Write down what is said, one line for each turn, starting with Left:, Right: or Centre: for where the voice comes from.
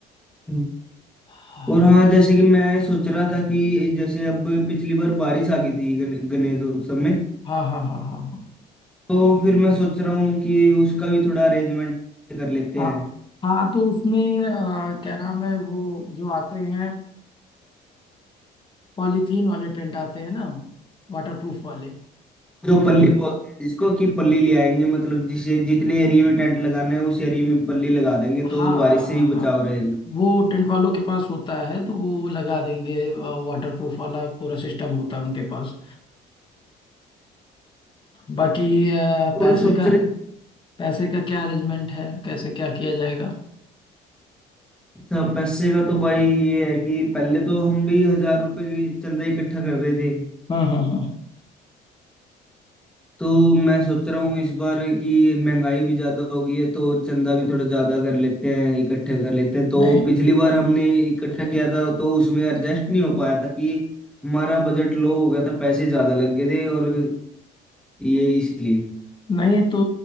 Centre: हम्म।
Left: हाँ
Centre: और हाँ जैसे कि मैं सोच रहा था कि जैसे अब पिछली बार बारिश आ गई थी गण- गणेश उत्सव में
Left: हाँ हाँ हाँ हाँ हाँ
Centre: तो फिर मैं सोच रहा हूँ कि उसका भी थोड़ा अरेंजमेंट कर लेते
Left: हाँ
Centre: हैं
Left: हाँ, तो उसमें अ, क्या नाम है वो जो आते हैं पॉलीथीन वाले टेंट आते हैं ना वाटरप्रूफ वाले
Centre: जो पल्ली बोलते हैं जिसको कि पल्ली ले आएंगे मतलब जिसे जितने एरिया में टेंट लगाना है उस एरिया में पल्ली लगा देंगे
Left: हाँ
Centre: तो बारिश
Left: हाँ
Centre: से
Left: हाँ
Centre: भी
Left: हाँ
Centre: बचाव रहेगा
Left: वो टेंट वालों के पास होता है तो वो लगा देंगे वाटरप्रूफ वाला पूरा सिस्टम होता है उनके पास बाकी अ,
Centre: और
Left: पैसे
Centre: सोच
Left: का
Centre: रहे
Left: पैसे का क्या अरेंजमेंट है कैसे क्या किया जाएगा
Centre: अच्छा पैसे का तो भाई ये है कि पहले तो हम भी हजार रुपए की चंदा इकट्ठा कर रहे थे
Left: हाँ हाँ हाँ
Centre: तो मैं सोच रहा हूँ इस बार कि महंगाई भी ज्यादा हो गई है तो चंदा भी थोड़ा ज्यादा कर लेते हैं इकट्ठे कर लेते हैं तो
Left: नहीं
Centre: पिछली बार हमने इकट्ठा किया था तो उसमें एडजस्ट नहीं हो पाया था कि हमारा बजट लो हो गया था पैसे ज्यादा लग गए थे और ये इसलिए
Left: नहीं तो